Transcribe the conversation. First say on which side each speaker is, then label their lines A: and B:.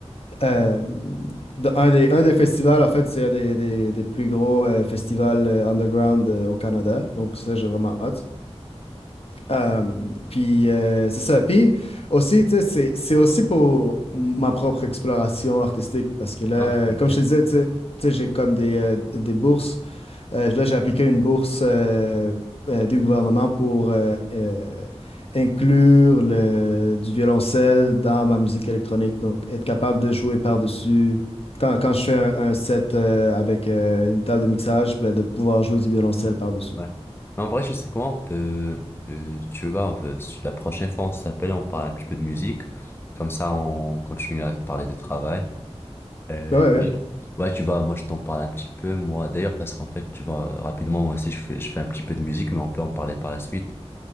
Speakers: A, on the left; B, on the left.
A: Euh, de- un des, un des festivals, en fait, c'est un des, des- des plus gros euh, festivals euh, underground euh, au Canada, donc ça, j'ai vraiment hâte. Um, puis euh, c'est ça. Puis aussi, tu sais, c'est c'est aussi pour ma propre exploration artistique parce que là,
B: Non, je vois
A: comme
B: bien.
A: je te disais, tu sais, tu sais, j'ai comme des, euh, des bourses. Euh, là, j'ai appliqué une bourse euh, euh, du gouvernement pour euh, euh, inclure le, du violoncelle dans ma musique électronique. Donc, être capable de jouer par-dessus. Quand, quand je fais un, un set euh, avec euh, une table de mixage, ben, de pouvoir jouer du violoncelle par-dessus.
B: Ouais. Mais en vrai, je sais comment on peut, euh, tu vois, euh, si la prochaine fois on s'appelle, on parle un petit peu de musique. Comme ça, on continue à parler de travail. Euh,
A: Ben ouais, ouais.
B: d'ailleurs, ouais, tu vois, moi, je t'en parle un petit peu, moi, d'ailleurs, parce qu'en fait, tu vois, rapidement, moi aussi, je fais, je fais un petit peu de musique, mais on peut en parler par la suite.